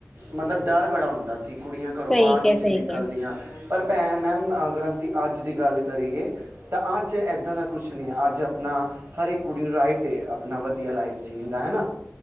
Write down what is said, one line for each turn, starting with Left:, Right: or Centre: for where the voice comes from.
Right: ਮਤਲਬ ਡਰ ਬੜਾ ਹੁੰਦਾ ਸੀ ਕੁੜੀਆਂ ਘਰੋਂ
Centre: ਸਹੀ
Right: ਬਾਹਰ
Centre: ਕਿਹਾ
Right: ਨਹੀਂ
Centre: ਸਹੀ
Right: ਸੀ ਨਿਕਲਦੀਆਂ।
Centre: ਕਿਹਾ
Right: ਪਰ ਭੈਣ ਮੈਮ ਅਗਰ ਅਸੀਂ ਅੱਜ ਦੀ ਗੱਲ ਕਰੀਏ। ਤਾਂ ਅੱਜ ਇੱਦਾਂ ਦਾ ਕੁਛ ਨਹੀਂ ਅੱਜ ਆਪਣਾ। ਹਰ ਇੱਕ ਕੁੜੀ ਨੂੰ ਰਾਈਟ ਆਪਣਾ ਵਧੀਆ ਲਾਈਫ ਜੀਣਦਾ ਹਨਾ।